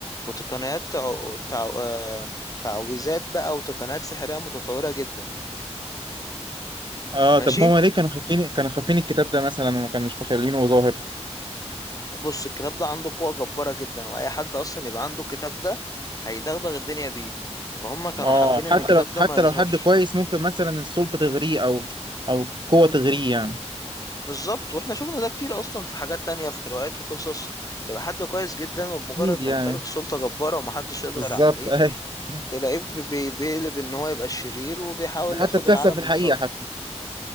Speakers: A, on the left; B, on the right.
A: وتقنيات تع... تع... آه، تعويذات بقى وتقنيات سحرية متطورة جدا
B: اه
A: ماشي
B: طب هما ليه كانوا خافين كانوا خافين الكتاب ده مثلا وما كانوش مخلينه ظاهر
A: بص الكتاب ده عنده قوة جبارة جدا وأي حد أصلا يبقى عنده الكتاب ده هيدغدغ الدنيا بيه فهم كانوا
B: اه
A: حابين
B: حتى
A: إن الكتاب
B: لو
A: ده
B: حتى
A: ما يظهرش
B: لو حد كويس ممكن مثلا السلطة تغريه او او قوة تغريه يعني
A: بالظبط واحنا شفنا ده كتير اصلا في حاجات تانية في روايات وقصص يبقى حد كويس جدا وبمجرد
B: اكيد
A: ما
B: يعني
A: يمتلك سلطة جبارة ومحدش يقدر
B: بالظبط
A: عليه
B: اي <laughs>
A: تلاقيه بي- بيقلب ان هو يبقى الشرير وبيحاول
B: ده حتى
A: ياخد
B: بتحصل
A: العالم
B: في الحقيقة
A: لصالحه
B: حتى